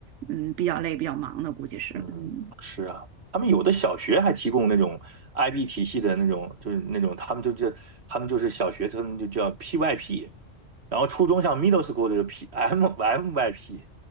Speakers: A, on the right; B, on the right.
A: 嗯比较累、比较忙的，估计是嗯。
B: 嗯，是啊，他们有的小学还提供那种 IB 体系的那种，就是那种他们就叫他们就是小学，他们就叫 PYP，然后初中像 middle school 的就 P M MYP，